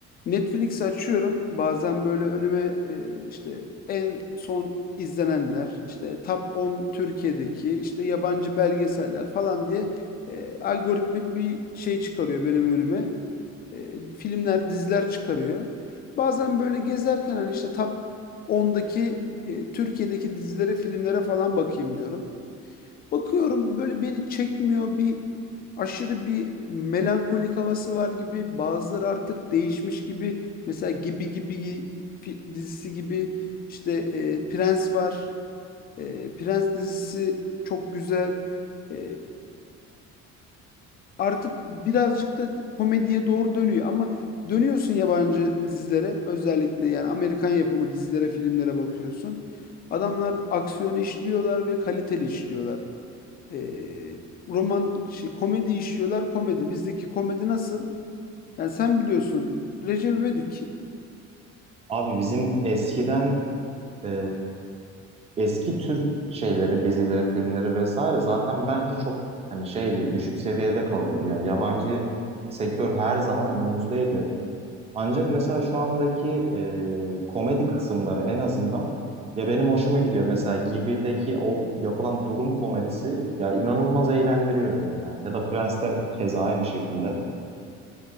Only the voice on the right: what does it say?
Abi bizim eskiden e, eski Türk şeyleri, dizileri, filmleri vesaire zaten bence çok hani şeydi, düşük seviyede kalıyordu. Yani yabancı sektör her zaman önümüzdeydi. Ancak mesela şu andaki e, komedi kısımları en azından ya benim hoşuma gidiyor. Mesela Gibi'deki o yapılan durum komedisi ya inanılmaz eğlendiriyor beni yani. Ya da Prens'te keza aynı şekilde.